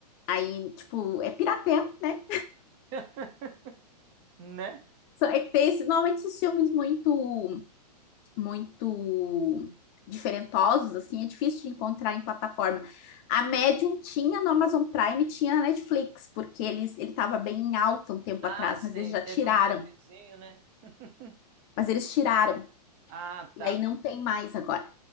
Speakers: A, on the left (about 30°); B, on the right (about 30°).
A: Aí, tipo, é pirateio, né?
B: <laughs> né?
A: Só É que tem esse- normalmente esses filmes muito muito diferentosos, assim, é difícil de encontrar em plataforma. A Medium tinha no Amazon Prime, tinha na Netflix, porque eles ele estava bem em alta um tempo
B: Ah,
A: atrás,
B: sim,
A: mas eles já
B: teve
A: tiraram.
B: um hypezinho, né? <laughs>
A: Mas eles tiraram.
B: Ah,
A: E
B: tá.
A: aí não tem mais agora.